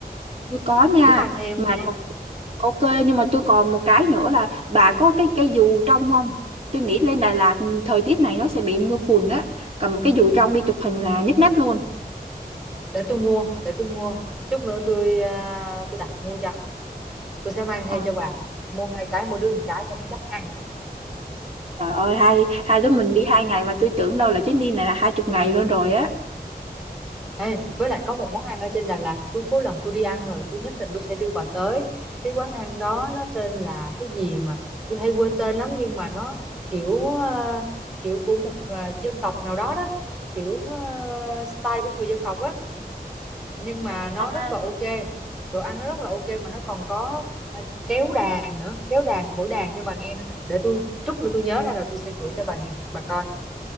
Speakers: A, on the right (about 40°); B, in the centre.
A: tôi có nha
B: nhớ mang theo
A: mà
B: nha
A: đọc- ok nhưng mà tôi còn một cái nữa là bà có cái cái dù trong không tôi nghĩ lên Đà Lạt ừ, thời tiết này nó sẽ bị mưa phùn á cầm một cái dù trong đi chụp hình là nhất nét luôn
B: để tôi mua để tôi mua chút nữa tôi à, tôi đặt mua cho tôi sẽ mang
A: Ờ.
B: theo cho bà mua hai cái mỗi đứa một cái cho nó chắc ăn
A: Trời ơi hai hai đứa mình đi hai ngày mà tôi tưởng đâu là chuyến đi này là hai chục ngày luôn rồi á.
B: Ê, với lại có một món ăn ở trên Đà Lạt tôi cuối lần tôi đi ăn rồi tôi nhất định tôi sẽ đưa bà tới cái quán ăn đó nó tên là cái gì mà tôi hay quên tên lắm nhưng mà nó kiểu ờ, kiểu của một ờ, dân tộc nào đó đó kiểu ờ, style của người dân tộc á nhưng mà nó
A: À,
B: rất là ok đồ ăn nó rất là ok mà nó còn có ờ, kéo đàn nữa kéo đàn thổi đàn cho bà nghe nữa để tôi chút nữa tôi nhớ ra rồi tôi sẽ gửi cho bà nghe bà coi